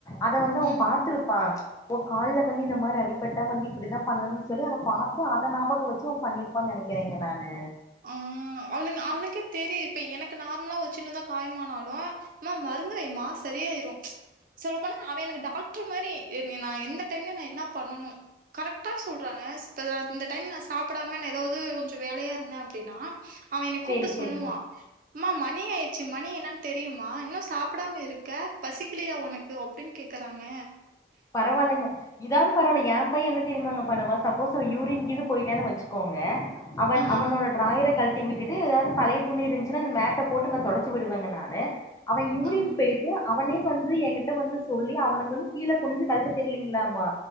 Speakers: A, on the left; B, on the right.
A: அத வந்து அவ
B: ம்
A: பாத்திருப்பா இப்ப கால்ல வந்து இந்த மாரி அடிப்பட்டா வந்து இப்டித்தா பண்ணணுனு சொல்லி அத பாத்து அப் இத ஞாபக வச்சு அவ பண்ணிருப்பான்னு நெனைக்கிறேங்க நானு
B: ஆ அவனு அவனுக்கே தெரியு இப்ப எனக்கு நார்மலா வச் சின்னதா காயமானாலு மா மருந்து வைமா சரியாயிரு சொல்ல போனா அவ எனக்கு டாக்ட்ரு மாரி என்ன நா எந்த டைம்ல நா என்னா பண்ணனு கரெக்டா சொல்றங்க இப்போ நா இந்த டைம்ல நா சாப்டாம நா ஏதாவது கொஞ்ச வேலையா இருந்தே அப்டின்னா அவ என்ன கூப்ட்டு
A: சேரி சேரிங்க
B: சொல்லுவா அம்மா மணி ஆயிடுச்சு மணி என்னன்னு தெரியுமா இன்னு சாப்டாம இருக்க பசிக்கலையா உனக் யோ அப்டின்னு கேக்குறாங்க
A: பரவாயில்லைங்க இதாவது பரவாயில்லைங்க எ பைய என்ன தெரியுமாங்க பண்ணுவா, சப்போஸ் அவ யூரின் இது போய்ட்டானு வச்சுக்கோங்க அவன்
B: ஆ
A: அவனோட
B: ஆ
A: ட்ராயர கழட்டி விட்டுட்டு ஏதாவது பழைய துணி இருன்ச்சுன்னா அந்த மேட்ட போட்டு நா தொடச்சி விடுவேங்க நானு அவன் யூரின்
B: ஆ
A: போய்ட்டு அவனே வந்து என்கிட்ட வந்து சொல்லி அவனுக்கு வந்து கீழ குனுஞ்சு கழட்ட தெரியலீங்களாமா